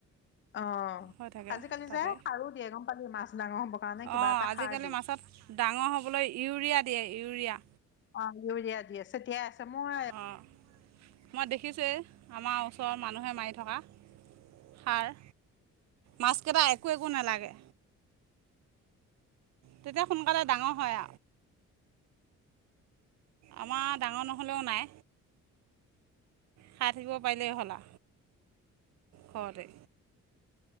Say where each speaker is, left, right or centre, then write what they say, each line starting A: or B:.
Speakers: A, on the left; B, on the right.
A: অ'
B: হৈ থাকে
A: আজিকালি
B: তাতে
A: যে সাৰো দিয়ে গম পালি মাছ ডাঙৰ হবৰ কাৰণে কিবা
B: অঁ
A: এটা
B: আজিকালি
A: সাৰ দিয়ে।
B: মাছত ডাঙৰ হ'বলৈ ইউৰিয়া দিয়ে ইউৰিয়া।
A: অ' ইউৰিয়া দি আছে। মই
B: অ' মই দেখিছোয়ে। আমাৰ ওচৰৰ মানুহে মাৰি থকা সাৰ মাছকেটা একো এক নেলাগে। তেতিয়া সোনকালে ডাঙৰ হয়। আমাৰ ডাঙৰ নহ'লেও নাই। খাই থাকিব পাৰিলেই হ'লা ঘৰতে।